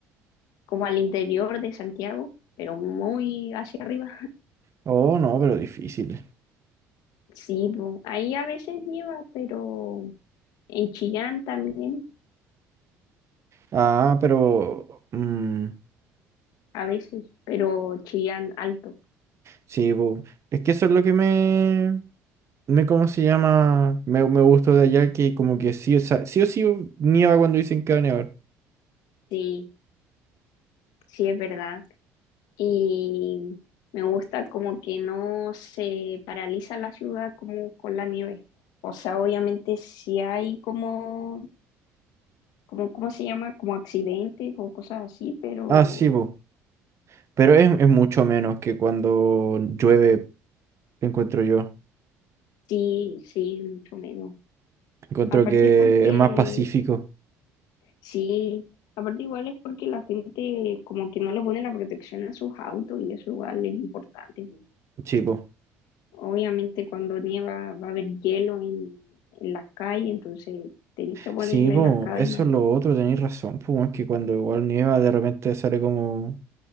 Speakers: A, on the left; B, on the right.
A: como al interior de Santiago, pero muy hacia arriba.
B: Oh, no, pero difícil.
A: Sí, po, ahí a veces nieva, pero en Chillán también,
B: Ah, pero. mm,
A: a veces, pero Chillán alto.
B: sí, po. Es que eso es lo que me. me ¿Cómo se llama? Me, me gustó de allá que, como que sí, o sea, sí o sí nieva cuando dicen que va a nevar.
A: Sí. Sí, es verdad. Y me gusta como que no se paraliza la ciudad como con la nieve. O sea, obviamente si hay como, como, ¿cómo se llama? Como accidentes o cosas así, pero
B: Ah, sí, po. Pero es, es mucho menos que cuando llueve, encuentro yo.
A: sí, sí, mucho menos.
B: Encuentro
A: Aparte
B: que
A: es porque,
B: es más pacífico.
A: sí, aparte igual es porque la gente como que no le pone la protección a sus autos y eso igual es importante. pues.
B: Sí, po.
A: Obviamente cuando nieva va a haber hielo en, en las calles, entonces tenés que ponerle
B: Sí, po,
A: las cadenas.
B: eso es lo otro, tenéis razón, pues, weón, que cuando igual nieva de repente sale como,